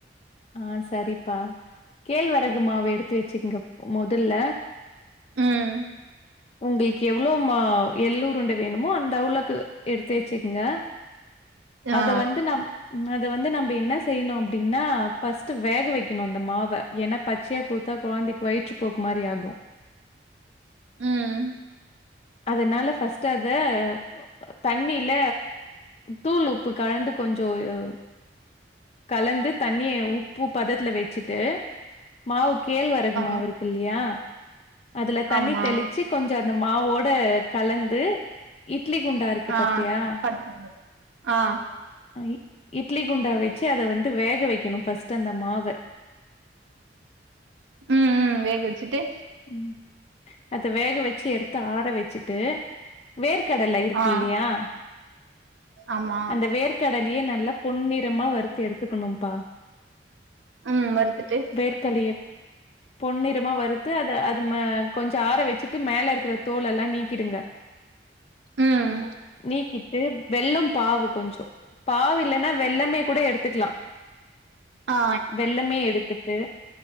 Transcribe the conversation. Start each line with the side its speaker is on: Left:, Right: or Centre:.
Left: ஆ சரிப்பா கேழ்வரகு மாவு எடுத்து வெச்சுக்கங்க மொதல்ல
Right: ம்
Left: உங்களுக்கு எவ்ளோ மா எல்லுருண்ட வேணுமோ அந்த அவ்ளோக்கு எடுத்து வெச்சுக்கங்க அத
Right: ஆ
Left: வந்து நம் ம் அது வந்து நம்ப என்ன செய்யணு அப்டின்னா பஸ்ட் வேக வைக்கணு அந்த மாவ ஏன்னா பச்சையா குடுத்தா கொழந்தைக்கு வயிற்று போக்கு மாரி ஆகு
Right: ம்
Left: அதுனால ஃபர்ஸ்ட் அத ஒ தண்ணில தூள் உப்பு கலந்து கொஞ்சோ யோ கலந்து தண்ணிய உப்பு பதத்துல வெச்சிட்டு மாவு கேழ்வரகு மாவு
Right: ஆ
Left: இருக்கு இல்லியா அதுல தண்ணி
Right: ஆமா
Left: தெளிச்சு கொஞ்ச அந்த மாவோட கலந்து இட்லி குண்டா இருக்கு
Right: ஆ
Left: பாத்தியா
Right: பாத்துக்கோங்க ஆ
Left: அ இ இட்லி குண்டா வெச்சு அத வந்து வேக வைக்கணு ஃபர்ஸ்ட் அந்த மாவ
Right: ம் ம் வேக வெச்சுட்டு
Left: ம் அத வேக வெச்சு எடுத்து ஆற வெச்சுட்டு வேர்க்கடல இருக்கு
Right: ஆ
Left: இல்லையா
Right: ஆமா
Left: அந்த வேர்க்கடலையே நல்லா பொன்னிறமா வருத்து எடுத்துக்கனு பா
Right: ம் வறுத்துட்டு
Left: வேற் கலிய பொன் நிறமா வரு த்து அத அது மா கொஞ்ச ஆற வெச்சிட்டு மேல இருக்கற தோல் எல்லா நீக்கிடுங்க
Right: ம்
Left: நீக்கி ட்டு வெல்லொ பாவு கொஞ்ச பாவு இல்லன்னா வெல்லமே கூட எடுத்துக்லா
Right: ஆ
Left: வெல்லமே எடுத்துட்டு